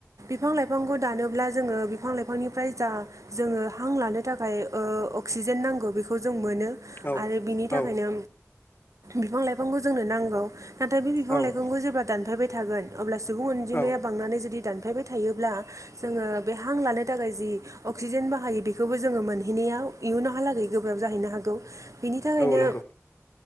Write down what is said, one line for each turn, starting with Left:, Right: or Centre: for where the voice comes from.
Right: बिफां-लाइफांखौ दानोब्ला जोङो बिफां लाइफांनिफ्राय जा जोङो हां लानो थाखाय ओ अक्सि डिजाइन नांगौ बेखौ जों मोनो।
Left: औ
Right: आरो बिनि थाखायनो
Left: औ
Right: बिफां-लाइफांखौ जोंनो नांगौ। नाथाय बे बिफां
Left: औ
Right: लाइफांखौ जेब्ला दानफायबाय थागोन अब्ला सुबुं अनजिमाया
Left: औ
Right: बांनानै जुदि दानफायबाय थायोब्ला जोङो बे हां लानो थाखाय जि अक्सिजेन बाहायो बेखौबो जोङो मोनहैनायाव दिहुनावहालागै गोब्राब जाहैनो हागौ बिनि थाखायनो
Left: औ नंगौ